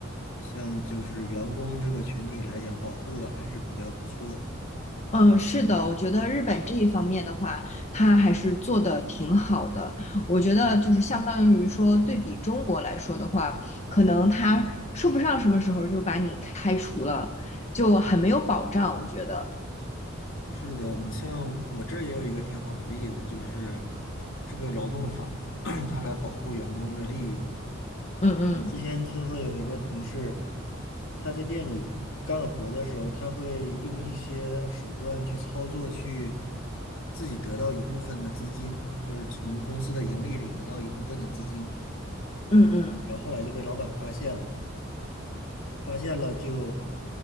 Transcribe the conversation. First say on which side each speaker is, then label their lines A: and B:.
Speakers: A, on the left; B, on the left.
A: 像就是员工这个群体来讲，保护的还是比较不错的。
B: 嗯，是的，我觉得日本这一方面的话，它还是做的挺好的。我觉得就是相当于说，对比中国来说的话，可能它说不上什么时候就把你开除了，就很没有保障。我觉得，
A: 是的，你像我这儿也有一个挺好的例子，就是这个劳动法，<clears throat> 它来保护员工的利益嘛。
B: 嗯嗯
A: 我之前听说有一个同事，他在店里干活的时候，他会用一些手段去操作，去自己得到一部分的资金，就是从公司的盈利里得到一部分的资金，
B: 嗯嗯
A: 然后后来就被老板发现了，发现了就，